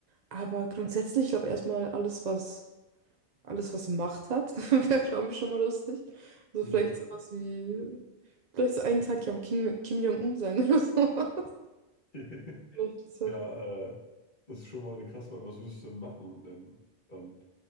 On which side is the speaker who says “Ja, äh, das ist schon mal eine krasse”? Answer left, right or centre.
Left